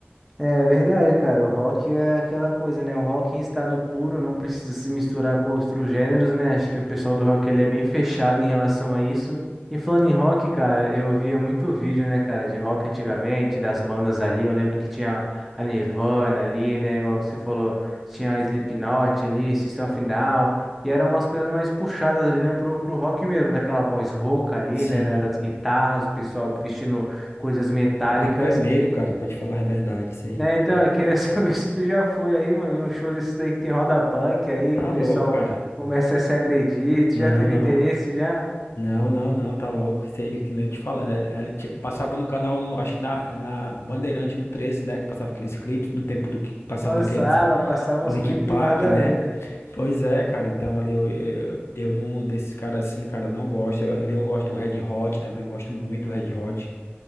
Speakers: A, in the centre; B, on the left.
A: É verdade, cara. O rock é aquela coisa, né? O rock em estado puro não precisa se misturar com outros gêneros, né? Acho que o pessoal do rock ele é bem fechado em relação a isso. E falando em rock, cara, eu via muito vídeo, né, cara, de rock antigamente, das bandas ali. Eu lembro que tinha a Nirvana ali, né? Igual você falou, tinha a Slipknot ali, System of a Down. E eram umas coisas mais puxadas ali, né, pro, pro rock mesmo, daquela voz rouca ali,
B: Sim,
A: né, da- das guitarras, o pessoal vestindo coisas metálicas.
B: Dava é medo, cara, pra te falar a verdade, isso aí.
A: Né, então, eu queria <laughs> saber se tu já foi aí, mano, em um show desse daí que tem roda punk aí,
B: Tá
A: que o pessoal
B: louco, cara.
A: começa a se agredir. Tu
B: Não,
A: já teve
B: não.
A: interesse já?
B: Não, não, não, tá louco. Isso aí que nem eu te falando. Ele, ele tinha- passava no canal, no- acho que na, na Bandeirante, no 13, né? Que passava aqueles clipes, no tempo do que passava
A: Passava,
B: aqueles
A: passava
B: o
A: uns
B: Linkin
A: clipes
B: Park,
A: nada
B: né?
A: a ver, né?
B: Pois é, cara. Então ali eu, eu, eu não, desses caras assim, cara, eu não gosto. Eu- Ali eu gosto do Red Hot também, eu gosto muito do Red Hot,